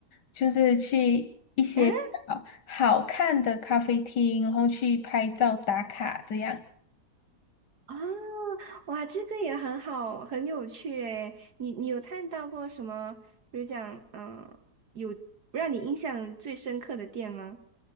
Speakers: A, on the left; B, on the right.
A: 就是去一些比较好看的咖啡厅，
B: 啊
A: 然后去拍照打卡这样。
B: 啊。哇，这个也很好，很有趣诶。你你有看到过什么，比如讲，嗯、有让你印象最深刻的店吗？